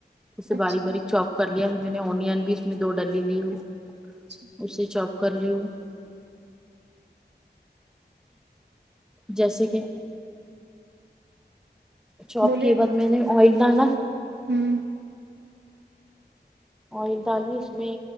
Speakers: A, in the centre; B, on the right.
A: جیسے
B: اچھا
A: بار باری چوپ کر لیا ہے میں نے اونین بھی اس میں دو ڈلی لی ہے
B: اچھا
A: اسے چاپ کر لیوں جیسے کہ چاپ
B: بولے
A: کیے بعد میں نے آئل ڈالا
B: ہوں
A: آئل ڈالی اس میں